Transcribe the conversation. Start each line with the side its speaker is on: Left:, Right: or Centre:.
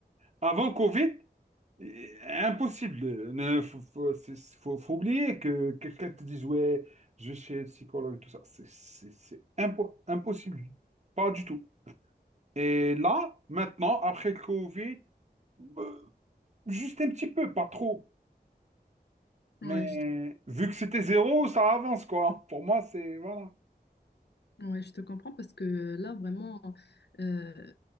Right: Avant Covid, Et- Impossible. Ne, faut, faut, c'est- faut- faut oublier que quelqu'un te dise, ouais, je vais chez le psychologue, tout ça. C'est c'est- c'est impo- impossible. Pas du tout. Et là, maintenant, après le Covid, euh, juste un petit peu, pas trop. Mais
Left: Oui, je
Right: vu que c'était zéro, ça avance, quoi. Pour moi, c'est... Voilà.
Left: Ouais, je te comprends parce que là, vraiment, euh,